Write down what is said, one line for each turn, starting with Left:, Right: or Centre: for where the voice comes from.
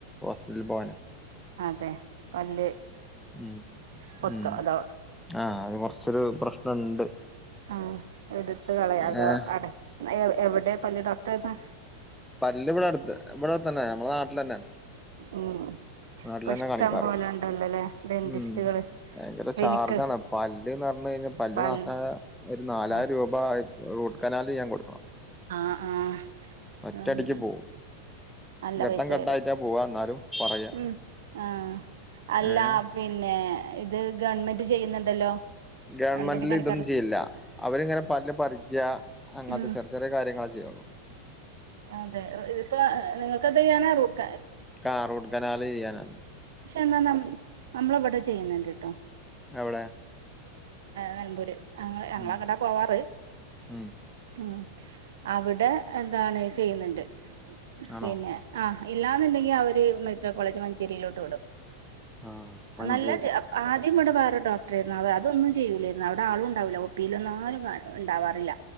Centre: ഹോസ്പിറ്റലിൽ പോവാന
Right: ഏഹ് പല്ല്
Centre: ഉം
Right: പൊത്തോ
Centre: ഉം
Right: അതോ
Centre: ആഹ് അത് കൊറച്ചൊരു പ്രശ്നണ്ട്
Right: ആഹ് എടുത്ത് കളയാ അതോ
Centre: ഏഹ്
Right: അട എവിടെ പല്ല് ഡോക്ടർ ഏതാ
Centre: പല്ല് ഇവിടെ അടുത്ത് ഇവിടെ അടു ത്തന്നെ നമ്മളെ നാട്ടിലന്നെ
Right: ഉം
Centre: നാട്ടിലന്നെ
Right: ഇപ്പഷ്ടം
Centre: കാണിക്കാറ്
Right: പോലെ ഇണ്ടല്ലോ ലെ ഡെന്റിസ്റ്റുകള്
Centre: ഉം ഭയങ്കര
Right: ക്ലിനിക്ക്
Centre: ചാർജാണ് പല്ല്ന്ന് പറഞ്ഞ് കഴിഞ്ഞാൽ പല്ല്
Right: പൽ
Centre: നാസായ ഒരു നാലായിരം
Right: ആഹ്
Centre: രൂപ റൂട്ട് കനാൽ ചെയ്യാൻ കൊടുക്കണം
Right: ആഹ്
Centre: ഒറ്റടിക്ക്
Right: ആഹ്
Centre: പോവും
Right: നല്ല
Centre: ഘട്ടം
Right: പൈസ
Centre: ഘട്ടായിട്ടാ
Right: വരും
Centre: പോവാ എന്നാലും പറയാ
Right: ഉം ആഹ് അല്ല
Centre: ഏഹ്
Right: പിന്നെ ഇത് ഗവൺമെന്റ് ചെയ്യുന്നുണ്ടല്ലോ
Centre: ഗവൺമെന്റില്
Right: ഗവൺമെന്റ് കാണിക്കാറ്
Centre: ഇതൊന്നും ചെയ്ല്ല അവരിങ്ങനെ പല്ല് പറിക്ക അങ്ങനത്തെ
Right: ഉം
Centre: ചെറിയ ചെറിയ കാര്യങ്ങളെ ചെയ്യുള്ളൂ
Right: അതെ ഇതിപ്പോ നിങ്ങൾക്ക് എത് ചെയ്യാന റൂട്ട
Centre: ആഹ് റൂട്ട് കനാലേയ്യാനാ
Right: പക്ഷെ എന്നാ ന നമ്മൾ അവിടെ ചെയ്യുന്നുണ്ട് ട്ടോ
Centre: എവിടെ
Right: നിലമ്പൂര് ഞങ്ങ ഞങ്ങങ്ങട്ടാ
Centre: ഉം
Right: പോവാറ്
Centre: ഉം
Right: ഉം അവിടെ എതാണ് ചെയ്യുന്നുണ്ട്
Centre: ആണോ
Right: പിന്നെ ആഹ് ഇല്ലാന്നുണ്ടെങ്കി ആവര് മെഡിക്കൽ കോളേജ് മഞ്ചേരിയിലോട്ട് വിടും
Centre: ആഹ് മഞ്ചേരി
Right: നല്ല ആദ്യം ഇവിടെ വേറെ ഡോക്ടർ ആയിരുന്നു അവർ അതൊന്നും ചെയ്യൂലായിരുന്നു അവിടെ ആളുംണ്ടാവില്ല ഒപീൽ ഒന്ന ആരും കാണും ഉണ്ടാവാറില്ല